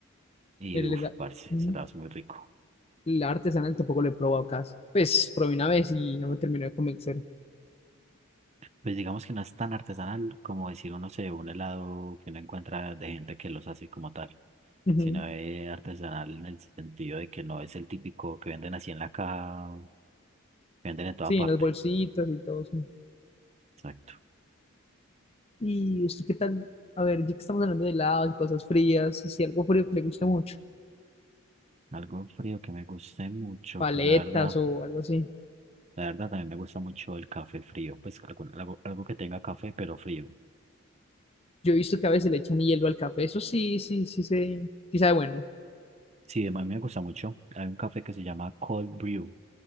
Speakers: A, on the right (about 30°); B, on the left (about 30°).
A: Y
B: El,
A: uff,
B: hela-
A: parce, ese
B: ujú.
A: helado es muy rico.
B: La artesanal tampoco lo he probado casi. Pues probé una vez y no me terminó de convencer.
A: Pues digamos que no es tan artesanal como decir, uno se un helado que uno encuentra de gente que los hace como tal,
B: Ujú.
A: sino es artesanal en el sentido de que no es el típico que venden así en la caja, que venden en toda
B: Sí,
A: parte.
B: en las bolsitas y todo eso.
A: Exacto.
B: ¿Y usted qué tal? A ver, ya que estamos hablando de helados y cosas frías, si algo frío que le guste mucho,
A: Algo frío que me guste mucho,
B: paletas
A: pues la verdad,
B: o algo así.
A: la verdad también me gusta mucho el café frío, pues algún- algo, algo que tenga café pero frío.
B: Yo he visto que a veces le echan hielo al café, eso sí, sí, sí, se, sí sabe bueno.
A: Sí, a mí me gusta mucho. Hay un café que se llama Cold Brew